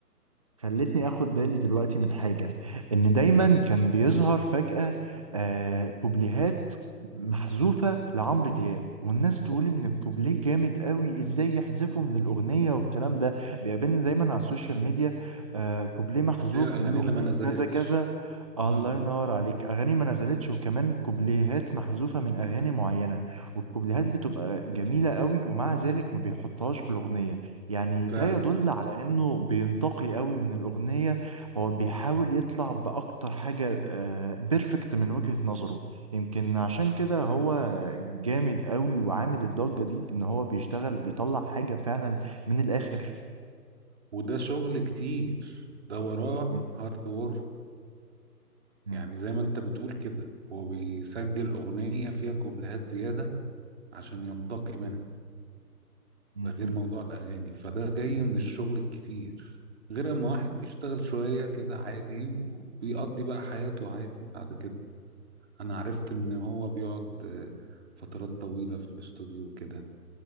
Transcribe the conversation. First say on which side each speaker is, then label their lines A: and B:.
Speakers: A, on the right (about 20°); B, on the right (about 45°).
A: خلتني اخد بالي دلوقتي من حاجة ان دايما
B: مم.
A: كان بيظهر فجأة آه كوبليهات محذوفة لعمرو دياب والناس تقول ان الكوبليه جامد قوي ازاي يحذفه من الاغنية والكلام ده بيقابلني دايما على السوشيال ميديا آه كوبليه محذوف
B: اللي هي الاغاني
A: من اغنية
B: اللي ما نزلتش
A: كذا كذا الله
B: اه
A: ينور عليك اغاني ما نزلتش وكمان كوبليهات محذوفة من اغاني معينة والكوبليهات بتبقى جميلة قوي ومع ذلك ما بيحطهاش في الاغنية يعني
B: فعلا
A: ده يدل على انه بينتقي قوي من الاغنيه هو بيحاول يطلع باكتر حاجه بيرفكت من وجهه نظره يمكن عشان كده هو جامد قوي وعامل الضجه دي ان هو بيشتغل بيطلع حاجه فعلا من الاخر
B: وده شغل كتير ده وراه
A: م-
B: هارد وورك
A: م-
B: يعني زي ما انت بتقول كده هو بيسجل اغنية فيها كوبليهات زيادة عشان ينتقي منها
A: م-
B: ده غير
A: م.
B: موضوع الاغاني فده جاي من الشغل الكتير غير اما واحد بيشتغل شوية كده عادي وبيقضي بقى حياته عادي بعد كده انا عرفت ان هو بيقعد آه، فترات طويلة في الاستوديو وكده